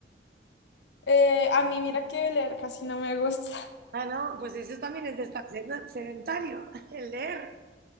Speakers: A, on the left; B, on the right.
A: Eh, a mí mira que leer casi no me gusta.
B: Ah, no, pues eso también es de estar sed- sedentario, <laughs> el leer.